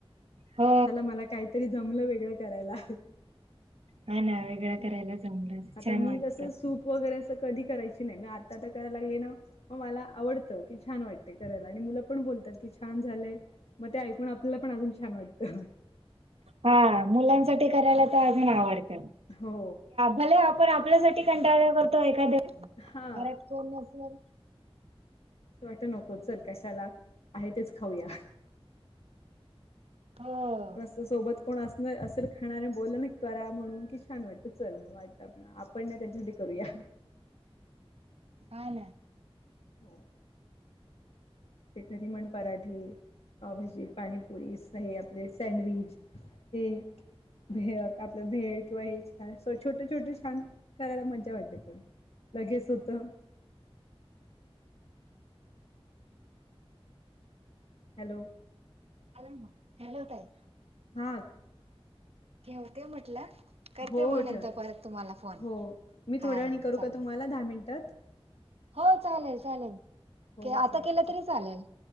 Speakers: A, on the right; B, on the left.
A: हो
B: चला मला काहीतरी जमलं वेगळं करायला.
A: हा ना वेगळं
B: हम्म
A: करायला जमलं
B: आता
A: छान
B: मी
A: वाटतं.
B: कसं सूप वगैरे असं कधी करायची नाही म आता तर कराय लागली ना. आवडत की छान वाटते करायला आणि मुलं पण बोलतात की छान झालय. मग ते ऐकून आपल्याला पण अजून छान वाटतं.
A: हा मुलांसाठी करायला तर अजून आवडत.
B: हो
A: भले आपण आपल्यासाठी कंटाळा करतो एखाद्या घरात
B: हा.
A: कोण न.
B: असं वाट नको चल कशाला आहे तेच खाऊया.
A: हो.
B: असं सोबत कोण असणार असेल खाणार बोलला ना करा म्हणून की छान वाटतं चल मग वाटतं आपण. आपण ना त्याच्यासाठी करूया.
A: कायला.
B: हो. ते करी मण पराठे. पावभजी पाणीपुरी हे आपले सँडविच हे. भेक आपलं भेळ किंवा हे छान छोटे छोटे छान. करायला मज्जा वाटली पण लगेच होतं. हॅलो.
A: आ ह. हॅलो तय.
B: हा.
A: ठवते म्हटलं. करते
B: हो हो
A: मग नंतर
B: ठेवते
A: परत तुम्हाला फोन
B: हो मी
A: हा
B: थोड्या वणी करू
A: चालेल
B: का तुम्हाला दहा मिनिटात.
A: हो चालेल चालेल.
B: हो चालेल
A: आता केलं
B: ठीक
A: तरी चालेल